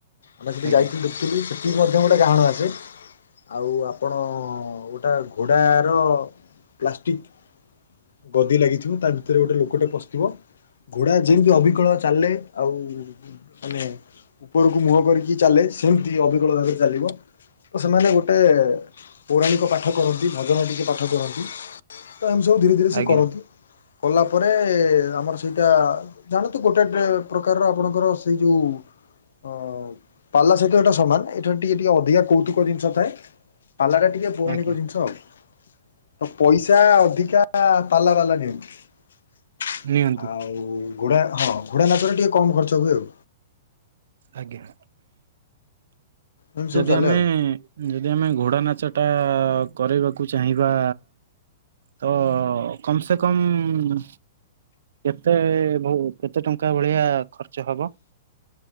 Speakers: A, on the left (about 90°); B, on the right (about 75°).
A: ଆମେ ସେଠି
B: ଆଜ୍ଞା
A: ଯାଇ ସେଠି ମଧ୍ୟ ଗୋଟେ ଗାହାଣ ଆସେ। ଆଉ ଆପଣ ଗୋଟେ ଘୋଡ଼ାର ପ୍ଲାଷ୍ଟିକ୍ ଗଦି ଲାଗିଥିବ ତା ଭିତରେ ଗୋଟେ ଲୋକଟେ ପସିଥିବ। ଘୋଡ଼ା ଯେମିତି ଅବିକଳ ଚାଲିଲେ ଆଉ ମାନେ ଉପରକୁ ମୁହଁ କରିକି ଚାଲେ, ସେମିତି ଅବିକଳ ଭାବରେ ଚାଲିବ। ତ ସେମାନେ ଗୋଟେ ପୌରାଣିକ ପାଠ କରନ୍ତି, ଭଜନୈତିକ ପାଠ ପାଠ କରନ୍ତୀ ତ ଏମତି ସବୁ ଧୀରେ ଧୀରେ ସେ
B: ଆଜ୍ଞା
A: କରନ୍ତି। କଲା ପରେ ଆମର ସେଇଟା। ଜାଣନ୍ତୁ ଗୋଟେ ପ୍ରକାରର ଆପଣଙ୍କର ସେଇ ଯୋଉ ଅ ପାଲା ସହିତ ଏଇଟା ସମାନ, ଏଠାରେ ଟିକେ ଟିକେ ଅଧିକା କୌତୁକ ଜିନିଷ ଥାଏ। ପାଲାଟା ଟିକେ ପୌରାଣିକ
B: ଆଜ୍ଞା
A: ଜିନିଷ ଆଉ ତ ପଇସା ଅଧିକା ପାଲା ବାଲା ନିଅନ୍ତୀ ଆଉ।
B: ନିଅନ୍ତୁ
A: ଆଉ ଘୋଡ଼ା ହଁ ଘୋଡ଼ା ନାଚରେ ଟିକେ କମ୍ ଖର୍ଚ୍ଚ ହୁଏ ଆଉ।
B: ଆଜ୍ଞା,
A: ଏମିତି ସବୁ
B: ଯଦି
A: ଚାଲେ
B: ଆମେ
A: ଆଉ।
B: ଯଦି ଆମେ ଘୋଡ଼ା ନାଚ ଟା କରେଇବାକୁ ଚାହିଁବା। ତ କମ ସେ କମ କେତେ <unintelligible> କେତେ ଟଙ୍କା ଭଳିଆ ଖର୍ଚ୍ଚ ହବ।